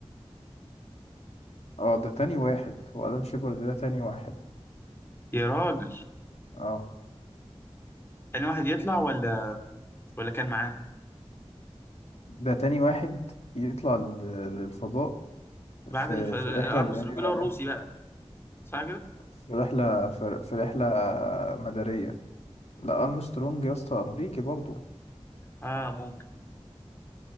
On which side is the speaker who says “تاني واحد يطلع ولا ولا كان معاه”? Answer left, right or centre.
Left